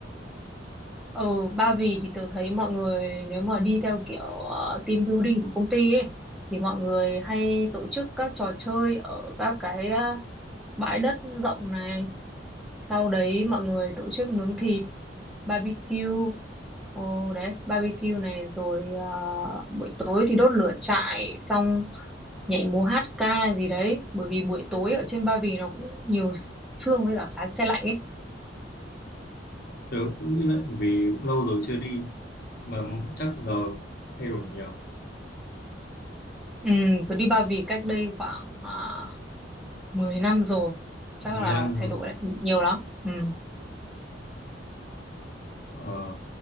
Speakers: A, in the centre; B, on the left (about 55°).
A: ừ Ba Vì thì tớ thấy mọi người nếu mà đi theo kiểu ờ, team building của công ty ấy thì mọi người hay tổ chức các trò chơi ở các cái ờ, bãi đất rộng này sau đấy mọi người tổ chức nướng thịt barbecue ồ đấy barbecue này rồi ờ, buổi tối thì đốt lửa trại xong nhảy múa hát ca gì đấy bởi vì buổi tối ở trên Ba Vì nó cũng nhiều sương với cả khá se lạnh ấy
B: tớ cũng nghĩ vậy vì cũng lâu rồi chưa đi mà chắc giờ cũng thay đổi nhiều
A: ừ, tôi đi Ba Vì cách đây khoảng uh, 10 năm rồi chắc
B: 15
A: là thay
B: rồi
A: đổi đấy, nhiều lắm ừ.
B: ờ,